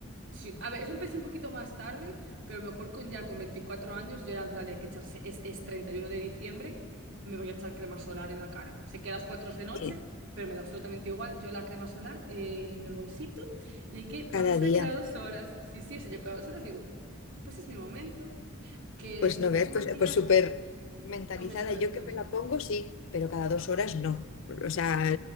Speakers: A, on the right; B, on the left.
A: Sí, a ver, eso empecé un poquito más tarde, pero mejor con ya con 24 años yo era en plan de hay que echarse, es, es 31 de diciembre, me voy a echar crema solar en la cara. Sé que a las 4 es de noche,
B: Sí.
A: pero me da absolutamente igual. Yo la crema solar eh, en el bolsito y hay que ponerse
B: cada día.
A: de cada dos horas. Sí, sí, o sea, yo cada dos horas digo, pues es mi momento, que
B: Pues
A: si me
B: no
A: pongo
B: ves,
A: maquillaje,
B: pues, pues súper mentalizada.
A: con ese SPF
B: Yo
A: también.
B: que me la pongo, sí, pero cada dos horas no. O sea,